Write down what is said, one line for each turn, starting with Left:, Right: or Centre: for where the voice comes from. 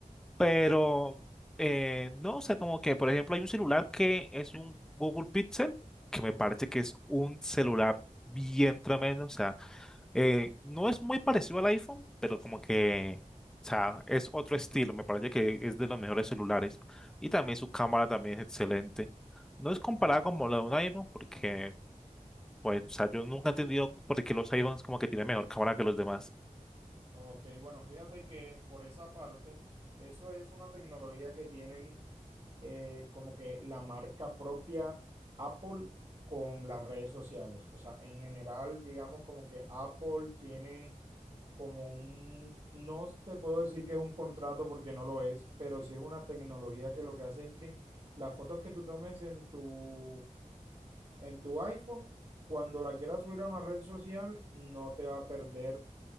Centre: Pero eh, no, o sea, como que por ejemplo hay un celular que es un Google Pixel, que me
Right: Ok,
Centre: parece que es un celular bien tremendo, o sea. Eh, no es muy parecido al iPhone, pero como que, o sea, es otro estilo. Me parece que es de los mejores celulares. Y también su cámara también es excelente. No es comparada como la de un iPhone, porque, pues, o sea, yo nunca he entendido por qué los iPhones como que tienen mejor cámara que los demás.
Right: ok, bueno, fíjate que por esa parte, eso es una tecnología que tienen eh, como que la marca propia Apple con las redes sociales. O sea, en general, digamos como que Apple tiene como un, no te puedo decir que es un contrato porque no lo es, pero sí es una tecnología que lo que hace es que las fotos que tú tomes en tu, en tu iPhone, cuando la quieras subir a una red social, no te va a perder